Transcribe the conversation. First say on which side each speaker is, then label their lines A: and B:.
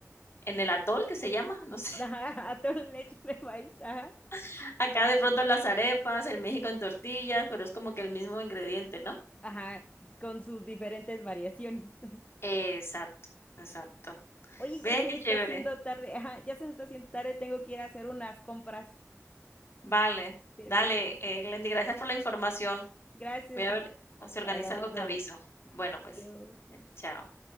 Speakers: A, on the left; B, on the left.
A: en el atol que se llama, no sé.
B: ajá, <laughs> atole leche de maíz, ajá,
A: <laughs> Acá de pronto en las arepas, en México en tortillas, pero es como que el mismo ingrediente, ¿no?
B: ajá, con sus diferentes variaciones. <laughs>
A: Exacto, exacto.
B: Oye,
A: Ve,
B: ya se
A: qué
B: me está
A: chévere.
B: haciendo tarde, ajá, ya se me está haciendo tarde, tengo que ir a hacer unas compras.
A: Vale,
B: Te
A: dale,
B: dejo.
A: eh, Glendy, gracias por la información.
B: Gracias
A: Voy
B: a
A: a
B: ti.
A: ver, si organiza
B: Hablamos
A: algo te
B: luego.
A: aviso.
B: Va,
A: Bueno, pues,
B: Adiós.
A: bien, chao.